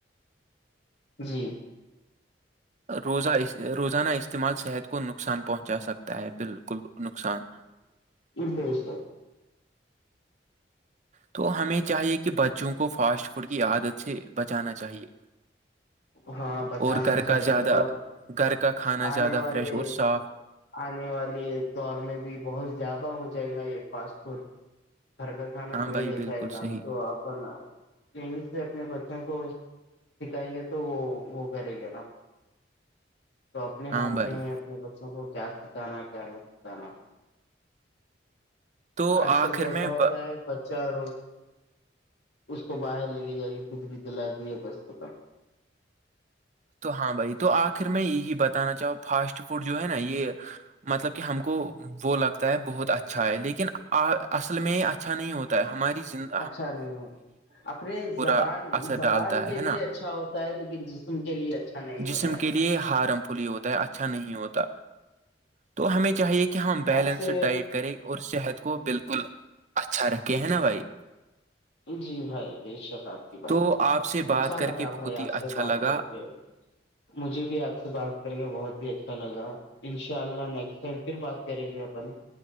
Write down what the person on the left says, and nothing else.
جی <unintelligible>
ا بیسے <unintelligible>
ہاں بچانا
چاہیے
اور
آنے
والے
آنے والے دور میں بھی بہت زیادہ ہو جائے گا یہ فاسٹپورٹ گھر کا کھانا
کوئی
نہیں
کھائے گا
آپ تو اپن یہ سے اپنے بچوں کو سکھائیں گے تو وہ وہ کرے گا نا تو اپنے
ہاتھ
میں اپنے بچوں کو کیا سکھانا کیا نہیں سکھانا
آج
کل کیسا
ہوتا
ہے بچہ رو اس کو باہر لگے جا کے کھ بھی دلا دیا بس ختم
اچھا نہیں ہے اپنے
زبان
زبان
کے
لیے
اچھا ہو لیکن جسم کے لیے اچھا نہیں
ہوتا ہے
آپ سے
جی بھائی بے شک آپ کی بات
ہو
اچھا
لگا
بھائی
آپ سے
بات
کر کے مجھے بھی آپ سے بات کر کے بہت ہی اچھا لگا ان شاء اللہ نیکسٹ ٹائم پھر بات کریں گے اپن